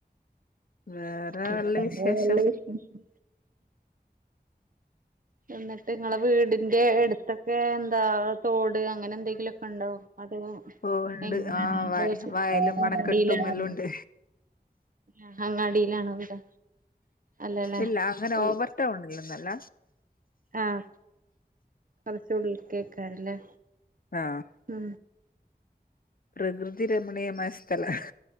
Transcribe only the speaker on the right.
പിന്നെപ്പെന്താ
നല്ല വിശേഷം എന്നട്ട് ഇങ്ങളെ വീടിന്റെ എട്ത്തെക്കെ എന്താ തോട് അങ്ങനെന്തെങ്കിലൊക്കെണ്ടോ? അതവാ
എങ്ങനെ <unintelligible>
ഇണ്ടാവാ?
ആഹാ അങ്ങാടിയിലാണോ വീട്? അല്ലല്ലേ
ഉൾ
ആഹ് കൊറച്ച് ഉള്ളിൽ കേക്കാരല്ലേ
മ്